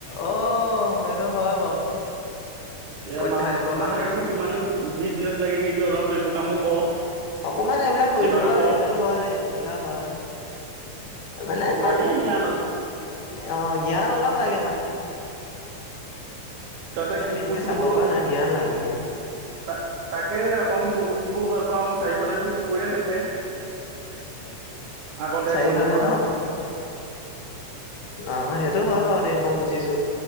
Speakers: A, on the left; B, on the right.
A: অ', সেইটো হয় বাৰু
B: এয়া
A: পৰীক্ষা
B: মাহ
A: দিবৰ
B: মাহঁতে
A: কাৰণে
B: কৈছে কিমানো বিজনেছ লাগি থাকিবি অলপ এইবোৰ কামো কৰ।
A: অকমান এইবিলাক কৰি
B: কিবা
A: থাকিব
B: এটা পঢ়
A: লাগে সেইটো হয় দেই এইবিলাক হয় মানে
B: আাগে জ্ঞানো
A: অ', জ্ঞান অলপ লাগে মানে
B: তিহতে কুকুৰ
A: মেইনকে
B: চুকুৰ
A: চাব দৰকাৰ
B: হ
A: নাই জ্ঞান লাগে জ্ঞান
B: ত তাকে অকণ কুকুৰ চুকুৰ ভাল পাওঁ চাৰিওফালে কুকুৰে থাকে। আগতে
A: চাৰিওফালে
B: কলেজত
A: ন অ', সেইটো হয় বাৰু দেই মই বুজিছোঁ